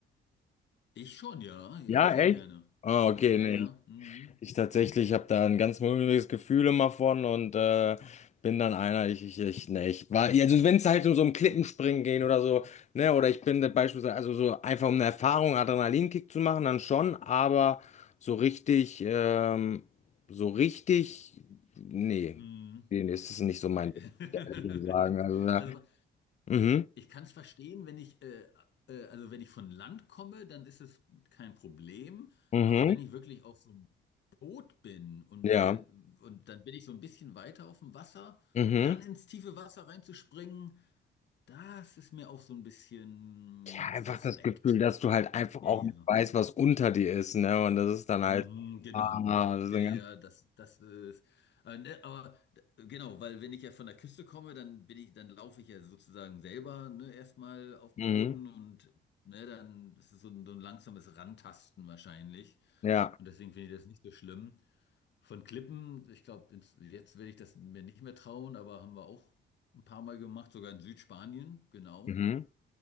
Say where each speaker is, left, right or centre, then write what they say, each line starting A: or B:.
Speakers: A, on the left (about 60°); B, on the left (about 35°).
A: Ich schon, ja, ja,
B: Ja,
A: sehr
B: echt?
A: gerne.
B: Oh, okay,
A: Ja,
B: nee.
A: ja. Mhm.
B: Ich tatsächlich habe da ein ganz mulmiges Gefühl immer von und äh, bin dann einer, ich, ich, ich, ne, ich war, also wenn es halt um so ein Klippenspringen gehen oder so, ne, oder ich bin da beispielsweise, also so einfach um eine Erfahrung, Adrenalinkick zu machen, dann schon, aber so richtig, ähm, so richtig, nee,
A: Mhm. mhm.
B: nee, ist es nicht so
A: Nee.
B: mein Ding,
A: <laughs>
B: muss ich ehrlich sagen. Also, da,
A: Also
B: mhm,
A: Ich kann es verstehen, wenn ich, äh, äh, also wenn ich von Land komme, dann ist es kein Problem.
B: mhm,
A: Aber wenn ich wirklich auf so einem Boot bin und,
B: ja,
A: wir, und dann bin ich so ein bisschen weiter auf dem Wasser,
B: mhm.
A: dann ins tiefe Wasser reinzuspringen, das ist mir auch so ein bisschen
B: Ja, einfach
A: suspekt.
B: das Gefühl, dass du halt einfach
A: Ja,
B: auch
A: ja.
B: nicht weißt, was unter dir ist, ne? Und das ist dann
A: Mhm,
B: halt,
A: genau.
B: ah, das ist
A: Ja,
B: ein
A: ja,
B: ganz,
A: das, das ist. äh, ne, Aber d- genau, weil wenn ich ja von der Küste komme, dann bin ich, dann laufe ich ja sozusagen selber, ne, erstmal auf dem
B: mhm,
A: Boden und ne, dann, das ist so ein, so ein langsames Rantasten wahrscheinlich.
B: ja,
A: Und deswegen finde ich das nicht so schlimm. Von Klippen, ich glaube, ins- jetzt werde ich das mir nicht mehr trauen, aber haben wir auch ein paar Mal gemacht, sogar in Südspanien, genau.
B: mhm,